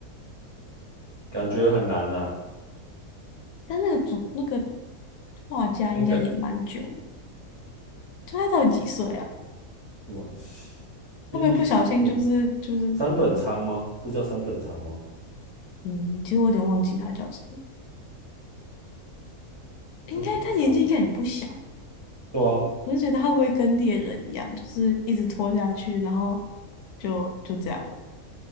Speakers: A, on the right; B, on the left.
A: 感觉很难呐、
B: 但那个主那个画家应该也蛮久了，
A: 应该什
B: 就他到底几岁啊？
A: 么一什么
B: 会不会不小心就是就是
A: 三本仓吗？这叫三本仓吗？
B: 嗯，其实我有点忘记他叫什么，应该他年纪应该也不小，
A: 叫什么仓？对啊，
B: 我就觉得他会不会跟猎人一样，就是一直拖下去，然后就就这样了，